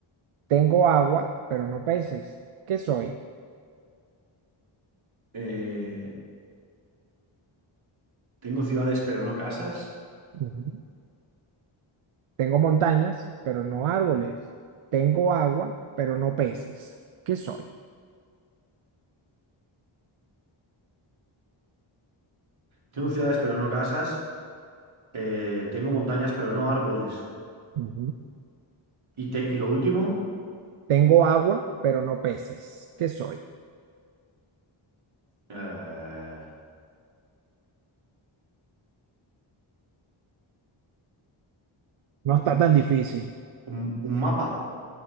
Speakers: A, on the right (about 85°); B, on the right (about 70°).
A: Tengo agua, pero no peces. ¿Qué soy?
B: Eh, tengo ciudades pero no casas.
A: Ujú. Tengo montañas, pero no árboles. Tengo agua, pero no peces. ¿Qué soy?
B: Tengo ciudades pero no casas. Eh, tengo montañas pero no árboles.
A: Ujú.
B: Y, te- y lo último,
A: Tengo agua, pero no peces. ¿Qué soy?
B: eh,
A: No está tan difícil.
B: un, un mapa.